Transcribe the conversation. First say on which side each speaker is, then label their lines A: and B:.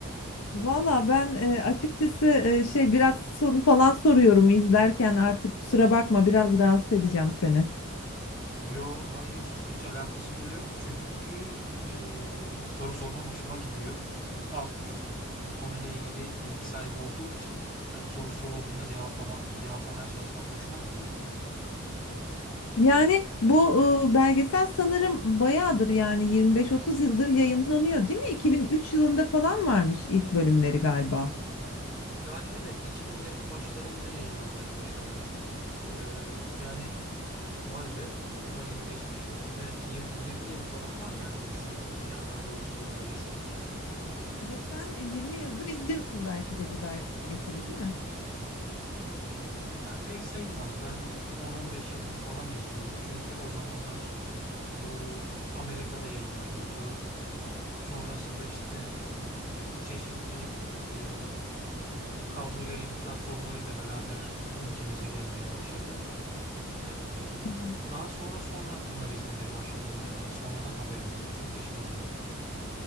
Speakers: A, on the left; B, on the left.
A: Valla ben e, açıkçası e, şey biraz soru falan soruyorum izlerken artık kusura bakma biraz rahatsız edeceğim seni.
B: Yo hayır hiç alakası bile yok çünkü e, soru sorman hoşuma gidiyor. Az buçuk bu konuyla ilgili bilgi sahibi olduğum için ben soru sorulduğunda cevaplamak, cevaplamaya çalışmak hoşuma gidiyor.
A: Yani bu e, belgesel sanırım bayağıdır yani 25-30 yıldır yayınlanıyor değil mi? 2003 yılında falan varmış ilk bölümleri galiba.
B: Yani evet 2000'lerin başlarında yayınlanmaya başladı. Ee, yani Vay be, o kadar yıl geçmiş mi? Evet, yir- 20 yılı falan var yani dizinin ya daha doğrusu bu belgeselin.
A: Ve sen e, 20 yıldır izliyorsun belki de bu belgeseli değil mi?
B: Yani pek sayılmaz. Ben 10-15 yıldır falan izliyorum. Çünkü o zamanlar bu Amerika'da yayınlanıyordu. Sonrasında işte çeşitli e, kablo yayını platformlarıyla beraber ülkemize gelmeye başladı. E,
A: Hı hı.
B: daha sonra sonra bunları izlemeye başladım ben yani. Sonradan haberim oldu. Çok geç öğrendim.